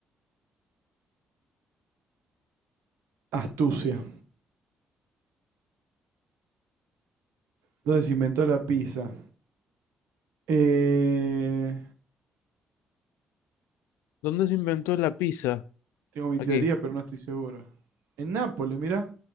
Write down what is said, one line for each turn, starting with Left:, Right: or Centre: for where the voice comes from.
Right: Astucia. ¿Dónde se inventó la pizza? Eh,
Left: ¿Dónde se inventó la pizza?
Right: tengo mi teoría,
Left: Aquí.
Right: pero no estoy seguro. En Nápoles, mira.